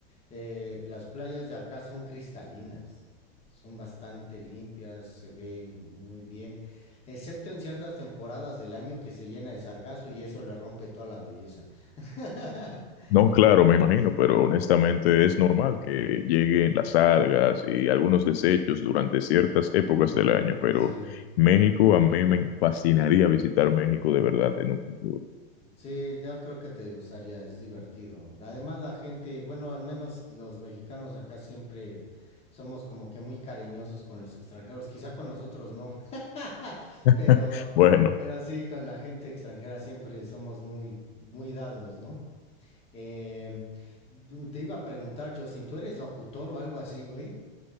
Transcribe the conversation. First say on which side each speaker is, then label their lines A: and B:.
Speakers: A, on the left; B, on the left.
A: Eh, las playas de acá son cristalinas, son bastante limpias, se ven muy bien, excepto en ciertas temporadas del año que se llena de sargazo y eso le rompe toda la belleza. <laughs>
B: No, claro, me imagino,
A: Sí,
B: pero honestamente es normal que lleguen las algas y algunos desechos durante ciertas épocas del año, pero
A: sí.
B: México, a mí me fascinaría visitar México de verdad en un futuro.
A: Sí, yo creo que te gustaría, es divertido. Además, la gente, bueno, al menos los mexicanos acá siempre somos como que muy cariñosos con los extranjeros, quizá con nosotros no, <laughs>
B: <laughs>
A: pero,
B: Bueno,
A: pero sí, con la gente extranjera siempre somos muy, muy dados, ¿no? Em, te iba a preguntar, Justin, ¿tú eres locutor o algo así, güey?